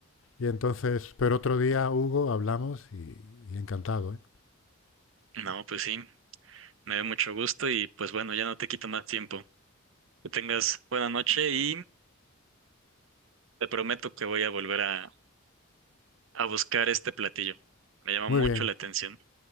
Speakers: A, on the left (about 65°); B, on the right (about 65°).
A: y entonces, pero otro día, Hugo, hablamos y, y encantado, ¿eh?
B: No, pues sí, me da mucho gusto y pues bueno, ya no te quito más tiempo. Que tengas buena noche y te prometo que voy a volver a, a buscar este platillo. Me llama
A: Muy
B: mucho
A: bien.
B: la atención.